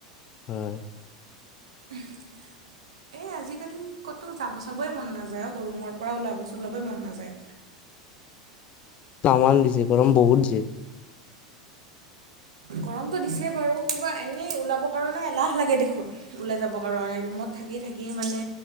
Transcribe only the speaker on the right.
<inaudible> এ আজিকালি ক'তো যাব চাবই মন নাযায় অ', গৰুমৰ পৰা ওলাব চলাবই মন নাযায়।
গৰমটো দিছে বাৰু কিবা এনেই ওলাবৰ কাৰণে এলাহ লাগে দেখোন। ওলাই যাবৰ কাৰণে ৰুমত থাকি থাকি মানে